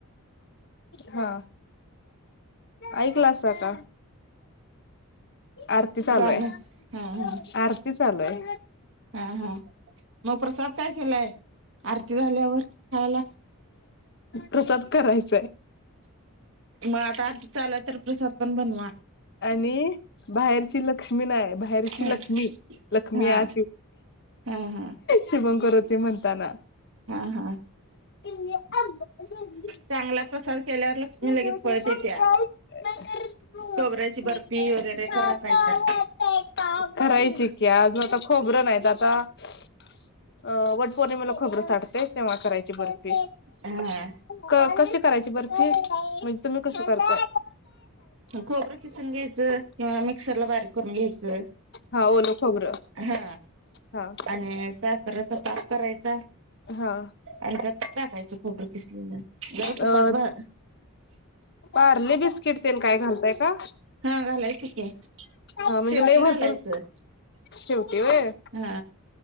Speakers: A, on the left; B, on the right.
A: हा ऐकला असता का आरती चालू
B: गाणं
A: आहे
B: हा हा
A: आरती चालू आहे.
B: हा हा. मग प्रसाद काय केलाय आरती झाल्यावर खायला.
A: प्रसाद करायच.
B: मग आता आरती चाल तर प्रसाद पण बनवा.
A: आणि बाहेरची लक्ष्मी नाही बाहेरची
B: हा
A: लक्ष्मी लक्ष्मी
B: हा
A: आ
B: हा हा
A: श <unintelligible> कर ते म्हणताना.
B: हा हा.
A: ते <unintelligible>
B: चांगला प्रसाद केल्यावर लक्ष्मी
A: <unintelligible>
B: लगेच पळत येत्या खोबऱ्याची बर्फी वगैरे करा काय तर
A: करायची की अजून आता खोबरं नाहीत आता <unintelligible> अ वटपौर्णिमेला खबरं साठते तेव्हा करायची बर्फी.
B: हा
A: क कशी करायची बर्फी म्हणजे तुम्ही कस करता.
B: कोबरं खिसून घ्यायचं किंवा मिक्सर ला बारीक करून घ्यायचं.
A: हा ओल खोबरं
B: हा
A: हा
B: आणि साखऱ्याचा पाप करायचा
A: हा
B: आणि त्या टाकायच. होबर किसली ना जरत
A: अ
B: पावा
A: पार्ले बिस्किट ते काय घालताय का.
B: हा घालायच ते
A: हा म्हणजे
B: शेवटी
A: लय भरपूर
B: घालायचं.
A: शेवटी व्हय
B: हा